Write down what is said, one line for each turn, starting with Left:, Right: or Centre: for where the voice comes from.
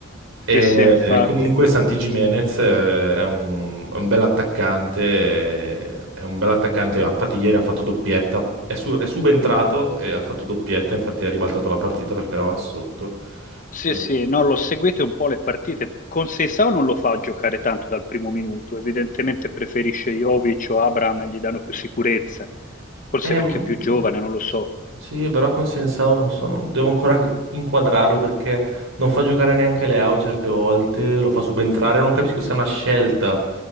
Right: E
Left: Sì, sì, infatti.
Right: e comunque Santi Jimenez eh, è un, è un bel attaccante, eh, è un bel attaccante, infatti ieri ha fatto doppietta, è, su- è subentrato e ha fatto doppietta, infatti ha ribaltato la partita perché eravamo sotto.
Left: Sì,
Right: Sì.
Left: sì, no, l'ho seguito un po' le partite. Con Seisao non lo fa giocare tanto dal primo minuto, evidentemente preferisce Jovic o Abraham e gli danno più sicurezza, forse
Right: Eh,
Left: perché
Right: mm,
Left: è più giovane, non lo so.
Right: sì, però con Sensao non so, non- devo ancora inquadrarlo perché non fa giocare neanche Leao certe volte, lo fa subentrare, non capisco se è una scelta